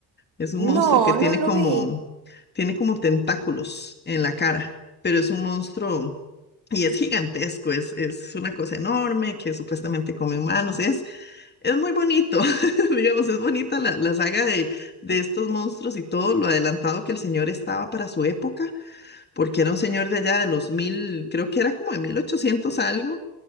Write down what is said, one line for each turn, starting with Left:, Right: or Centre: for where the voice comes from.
Left: Es un monstruo
Right: No,
Left: que tiene
Right: no lo
Left: como,
Right: vi.
Left: tiene como tentáculos en la cara, pero es un monstruo y es gigantesco, es, es una cosa enorme que supuestamente come humanos. Es, es muy bonito, <laughs> digamos, es bonita la, la saga de, de
Right: <laughs>
Left: estos monstruos y todo lo adelantado que el señor estaba para su época porque era un señor de allá de los mil, creo que era como de 1800 algo,